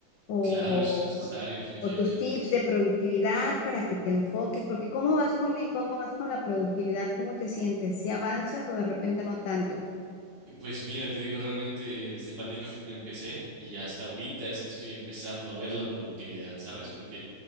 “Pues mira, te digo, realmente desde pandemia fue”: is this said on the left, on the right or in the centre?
Right